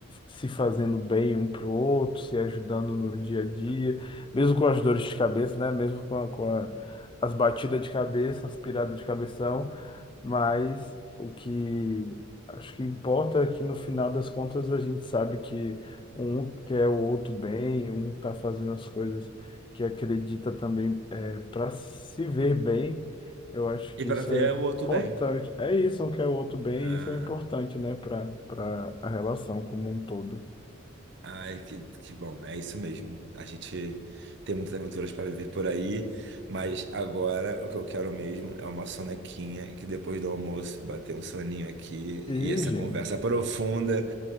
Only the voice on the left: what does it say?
se fazendo bem um para o outro, se ajudando no dia a dia, mesmo com as dores de cabeça, né? Mesmo com, a- com a- as batidas de cabeça, as piradas de cabeção, mas o que acho que importa é que no final das contas a gente sabe que um quer o outro bem, um tá fazendo as coisas que acredita também para se ver bem. Eu acho que
isso
é
Importante.
É isso, um quer o outro bem,
e isso é importante, né, para para a relação como um todo.
E,
gente,